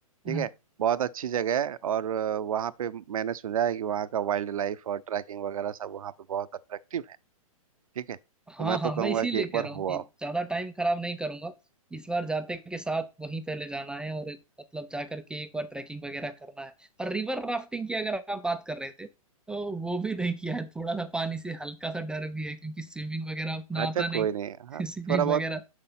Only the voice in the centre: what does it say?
हाँ
हाँ
हाँ
मैं इसीलिए
कह
रहा हूँ
कि
ज्यादा टाइम खराब नहीं करूंगा इस बार जाते के साथ वहीं पहले जाना है और मतलब जाकर के एक बार ट्रैकिंग वगैरह करना है और रिवर राफ्टिंग की अगर आप बात कर रहे थे तो वो भी नहीं किया है थोड़ा सा पानी से हल्का सा डर भी है क्योंकि स्विमिंग वगैरह उतना
आता नहीं
<laughs> स्विमिंग
वगैरह